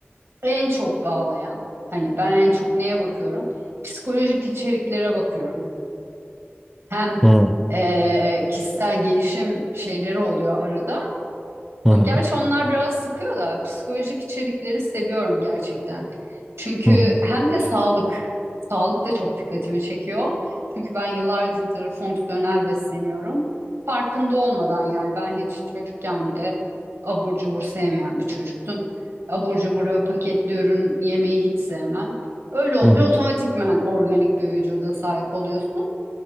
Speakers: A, on the right (about 80°); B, in the centre.
A: en çok bağlayan hani ben en çok neye bakıyorum? Psikolojik içeriklere bakıyorum. Hem
B: Hı
A: eee, kişisel gelişim şeyleri oluyor arada.
B: hı
A: O-
B: hı
A: Gerçi onlar biraz sıkıyor da psikolojik içerikleri seviyorum gerçekten. Çünkü
B: hı hı
A: hem de sağlık, sağlık da çok dikkatimi çekiyor. Çünkü ben yıllardır fonksiyonel besleniyorum. Farkında olmadan yani ben hiç çocukken bile abur cubur sevmeyen bir çocuktum. Abur cubur ve paketli ürün yemeyi hiç sevmem. Öyle olunca
B: hı.
A: otomatikman organik bir vücuda sahip oluyorsun